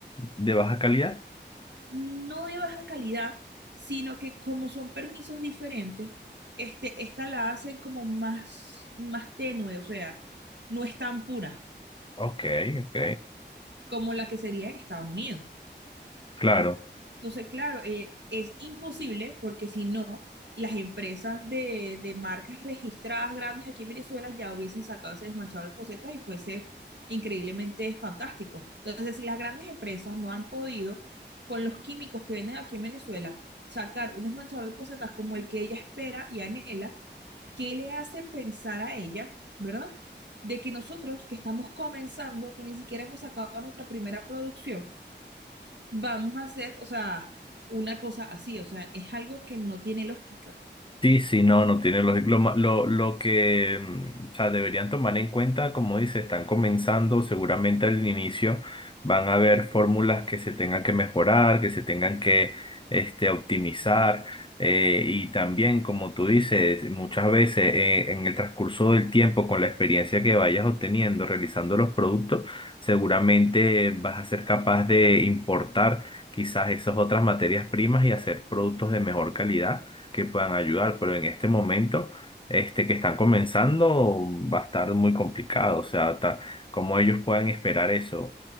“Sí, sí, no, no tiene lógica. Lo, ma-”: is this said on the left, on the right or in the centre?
Left